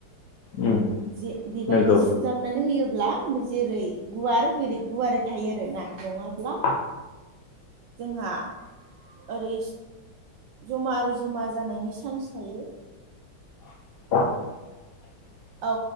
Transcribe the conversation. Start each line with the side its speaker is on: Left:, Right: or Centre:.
Left: उम
Right: जे बेबायदि
Left: नंगौ
Right: सु जामनानै होयोब्ला जेरै गुवार बेरै गुवारै थायो आरो ना नङाब्ला
Left: <unintelligible>
Right: जोंहा ओरै जमा ओरै जमा जानायनि चान्स थायो।
Left: <unintelligible>
Right: औ